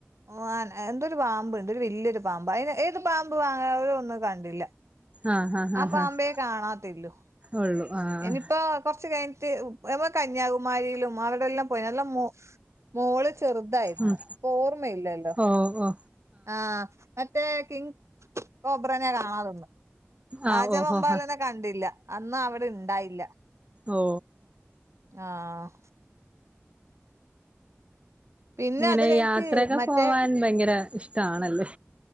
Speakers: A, on the right; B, on the right.
A: ഓ അൻ എന്റൊരു വാമ്പ്ണ്ട് ഒരു വല്യൊരു പാമ്പ് അയ്ന ഏത് പാമ്പ് വാങ്ങവു ഒന്നു കണ്ടില്ല.
B: ആഹ് ആഹ് ആഹ്
A: ആ
B: ആഹ്
A: പാമ്പെ
B: ആഹ്
A: കാണാത്തില്ലൂ
B: ഉള്ളു ആഹ്
A: എനിപ്പോ. കൊറച്ച് കൈയ്ൻറ്റ് എതൊ കന്യാകുമാരിയിലും അവ്ടെല്ലൊ പോയി നല്ല മോ മോള്. ചെറ്തായിര്ന്നു
B: ഉം
A: പ്പൊർമ്മല്ലല്ലോ
B: ഓ ഓ
A: ആഹ്. മറ്റേ കിങ് കോബ്രനെ കാണാറ്ണ്ട്. രാജവമ്പാലന
B: ആഹ് ഓഹോ
A: കണ്ടില്ല അന്നവ്ടിണ്ടായില്ല.
B: ഓ
A: ആഹ്. പിന്നെ
B: ങ്ങനെ
A: അത് കഴിഞ്ഞിട്ട്
B: യാത്രക്കെ
A: മറ്റേ
B: പോവാൻ ഭയങ്കര ഇഷ്ടാണല്ലേ